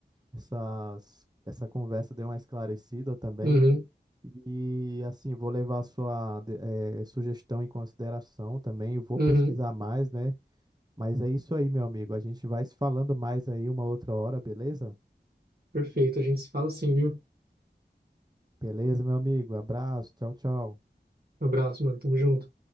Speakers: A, on the right; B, on the right.
A: essas, essa conversa deu uma esclarecida também
B: Uhum,
A: E assim, vou levar a sua de- eh, sugestão em consideração também. Eu vou
B: uhum,
A: pesquisar mais, né? Mas é isso aí, meu amigo. A gente vai se falando mais aí uma outra hora, beleza?
B: perfeito. A gente se fala assim, viu?
A: Beleza, meu amigo. Abraço. Tchau, tchau.
B: Abraço, mano. Tamo junto.